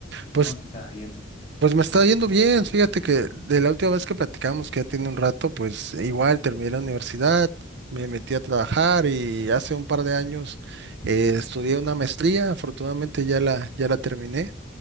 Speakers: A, on the right (about 60°); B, on the left (about 25°).
A: Pues
B: ¿Cómo te está yendo?
A: Pues me está
B: en el
A: yendo
B: trabajo?
A: bien, fíjate que de la última vez que platicamos, que ya tiene un rato, pues igual terminé la universidad, me metí a trabajar y hace un par de años eh, estudié una maestría, afortunadamente ya la, ya la terminé